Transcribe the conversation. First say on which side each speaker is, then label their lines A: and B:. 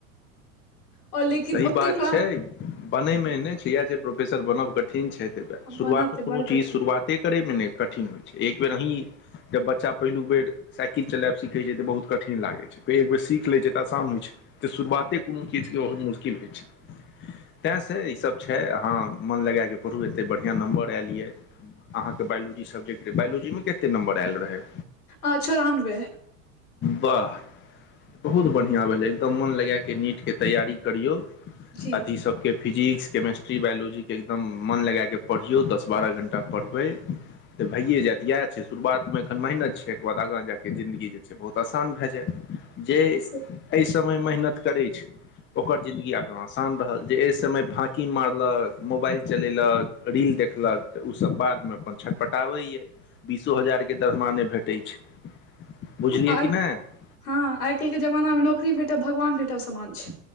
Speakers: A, on the left; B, on the left.
A: और लेकिन
B: सही
A: ओते
B: बात
A: क्लास
B: छै बनयमेने छै इएह छै प्रोफेसर बनब कठिन छै शुरुआतमे
A: बनब तऽ
B: कोनो
A: बड़ कठिन
B: चीज शुरुआते करयमे ने कठिन होइ छै एक बेर अहीं जब बच्चा पहिलु बेर साइकिल चलायब सीखै छै तऽ बहुत कठिन लागै छै फेर एक बेर सीख लैत छै तऽ आसान होइत छै तऽ शुरुआते कोनो चीज के बहुत मुश्किल होइ छै तें से ई सब छै हँ मन लगाय कऽ पढ़ु एते बढ़िआँ नम्बर आयल यै अहाँके बायोलॉजी सब्जेक्ट बायोलजी मे कते नम्बर आयल रहय
A: आ चौरानबे
B: वाह बहुत बढ़िया भेले एकदम मन लगा के नीट के तैयारी करियौ
A: जी
B: अथी सबके फिजिक्स केमेस्ट्री बायोलॉजी के एकदम मन लगाएकऽ पढ़ियौ दस बारह घण्टा पढ़बै तऽ भइए जायत इएह छै शुरुआतमे एखन मेहनत छै ओके बाद आगाँ जा कऽ जिन्दगी जे छै बहुत आसान भए जायत जे एहि
A: से
B: समय मेहनत करैत छै ओकर जिंन्दगी आगाँ आसान रहल जे एहि समय फाँकि मारलक मोबाइल चलेलक रील देखलक तऽ ओसभ बादमे अपन छटपटाबैए बीसो हजार के दरमाहा नै भेटैत छै बुझलियै
A: हँ आइ
B: कि नहि
A: काल्हि के जमानामे नौकरी भेटत भगवान भेटब समान छै